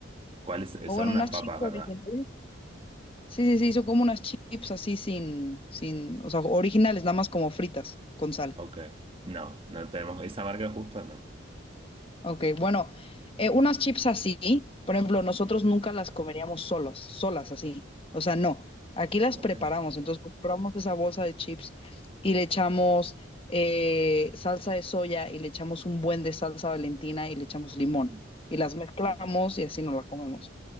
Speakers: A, on the right; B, on the left.
A: ¿Cuáles?
B: o
A: Son
B: bueno,
A: unas
B: unas
A: papas,
B: chips
A: ¿verdad?
B: originales. Sí, sí, sí, son como unas chips así sin, sin, o sea, originales, nada más como fritas, con sal.
A: Ok. No, no tenemos. ¿Esa marca justo? No.
B: Ok, bueno, eh, unas chips así, por ejemplo, nosotros
A: Ujú,
B: nunca las comeríamos solas, solas así. O sea, no. Aquí las
A: Ok.
B: preparamos. Entonces compramos esa bolsa de chips y le echamos eh, salsa de soya y le echamos un buen de salsa Valentina y le echamos limón.
A: ujú,
B: Y las mezclamos
A: Ok.
B: y así nos la comemos.